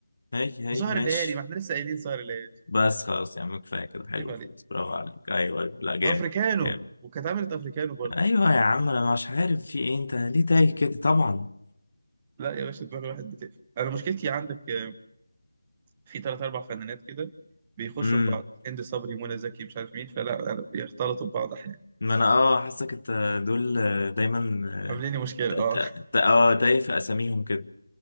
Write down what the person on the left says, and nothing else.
هي هي
ماشي
بس خلاص يا عم كفاية كده حلو
خلاص برافو عليك أيوه أيوه لا جامد
جامد
أيوه يا عم أنا مش عارف في إيه أنت ليه تايه كده طبعا
امم
ما أنا أه حاسك أنت دول آه، دايما
آه،
ت-
ت-
ت- أه تايه في أساميهم كده